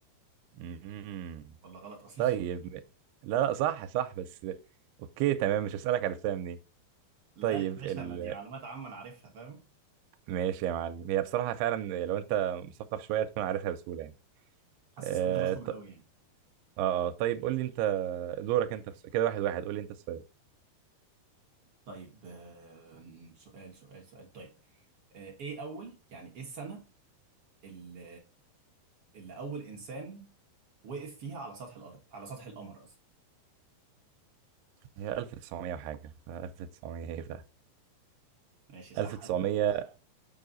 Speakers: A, on the right; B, on the right.
A: مهم.
B: ولا غلط اصلا
A: طيب
B: <laughs>
A: م- لا لا صح صح بس اوكي تمام مش هسألك عرفتها منين
B: لا
A: طيب
B: يا باشا
A: ال...
B: ما دي معلومات عامة انا عارفها فاهم
A: ماشي يا معلم هي بصراحة فعلا لو انت مثقف شوية تكون عارفها بسهولة يعني
B: حاسس
A: آه،
B: السؤال ده مشهور قوي يعني
A: اه اه طيب قول لي انت دورك انت في كده واحد واحد قول لي انت السؤال
B: طيب آه سؤال سؤال سؤال طيب آه ايه اول يعني ايه السنة اللي, اللي اول انسان وقف فيها على سطح الارض على سطح القمر قصدي
A: هي 1900 وحاجه ف 1900 ايه بقى
B: ماشي صح
A: 1900
B: ألف وتسعمية.